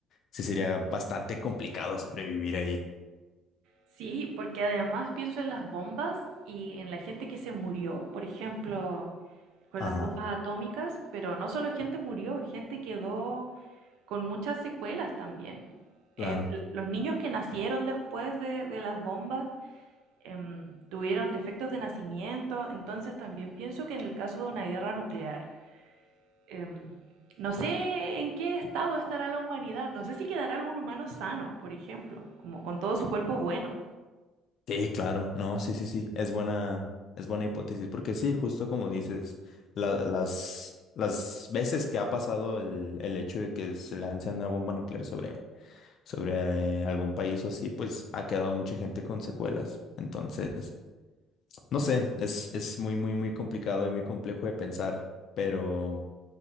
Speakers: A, on the left; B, on the right.
A: sí sería bastante complicado sobrevivir ahí.
B: Sí, porque además pienso en las bombas y en la gente que se murió, por ejemplo, con
A: Ajá,
B: las bombas atómicas, pero no solo gente murió, gente quedó con muchas secuelas también.
A: claro.
B: Eh, los niños que nacieron después de, de las bombas em, tuvieron defectos de nacimiento, entonces también pienso que en el caso de una guerra nuclear, em, no sé en qué estado estará la humanidad, no sé si quedará algún humano sano, por ejemplo, como con todo su cuerpo bueno.
A: Sí, claro, no, sí, sí, sí, es buena, es buena hipótesis, porque sí, justo como dices, la- las, las veces que ha pasado el, el hecho de que se lance una bomba nuclear sobre, sobre eh, algún país o así, pues ha quedado mucha gente con secuelas. Entonces, no sé, es, es muy, muy, muy complicado y muy complejo de pensar, pero,